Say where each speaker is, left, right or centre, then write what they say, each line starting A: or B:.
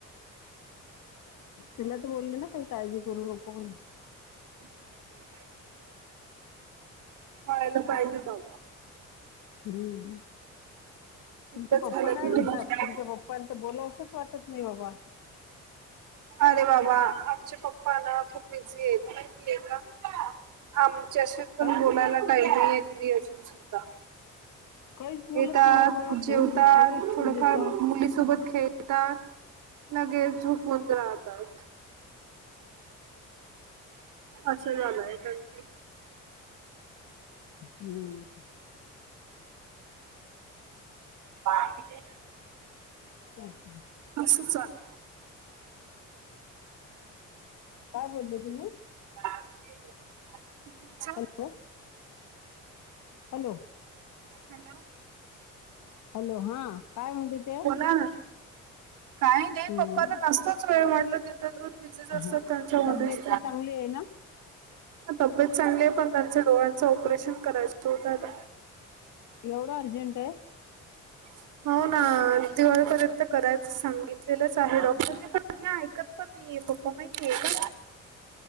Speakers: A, on the left (about 80°); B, on the right (about 85°).
A: तुला तर बोलले ना काही काळजी करू नको
B: हम् हला पाहिजे काम
A: हम्म तुमचे
B: एकदा झालं
A: पप्पा काय
B: की
A: म्हणतात
B: टेन्शन
A: तुमच्या पप्पा पण त बोला असंच वाटत नाही बाबा
B: अरे बाबा आमच्या पप्प ना खूप बिझी आहेत माहिती आहे का आमच्याशी पण
A: काहीच
B: बोलायला टाईम नाही आहे घरी असून सुद्धा
A: काहीच बोलत
B: येतात
A: नाही बाबा
B: जेवतात
A: फोन लगेच ठेवून
B: थोडफार
A: देतात
B: मुलीसोबत खेळ लगेच झोपून राहतात असं झालं आहे काचे
A: हम्म
B: बाकी
A: तेच ना
B: असचल
A: काय बोलता तुम्ही
B: बा
A: हॅलो हॅलो
B: हॅलो
A: हॅलो हा काय म्हणत ते
B: बोला ना काही
A: हम्म
B: नाही पप्पाला नसतोच वेळ म्हटल दिवसभर जुस
A: हा
B: सत्तनच्यामध्येस्
A: तब्येत तर चांगली आहे ना
B: तब्येत चांगली आहे पण त्यांच डोळ्यांचं ऑपरेशन करायचं होत
A: एवढं अर्जंट आहे
B: ह हो ना दिवाळीपर्यंत करायचं सांगितलेलंच आहे डॉक्टरनी पण हे ऐकत पण परफॉर्मे का